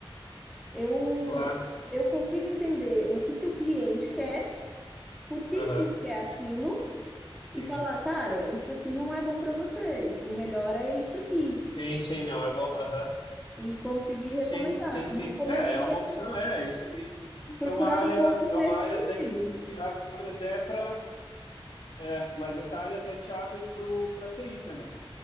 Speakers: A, in the centre; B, on the left (about 65°).
A: eu,
B: claro,
A: eu consigo entender o que que o cliente quer, por que
B: aham,
A: que ele quer aquilo,
B: sim,
A: e falar, cara, isso aqui não é bom para você, isso, o melhor é isso aqui.
B: sim, sim, não, é bom, aham,
A: e consegui recomendar.
B: sim, sim, sim,
A: E eu comecei
B: é, é uma
A: a
B: opção, é, isso, i- isso
A: procurar
B: é uma área,
A: um pouco
B: é
A: nesse
B: uma área
A: sentido.
B: até que te abre até para, é, mas essa área até te abre pro, para TI também,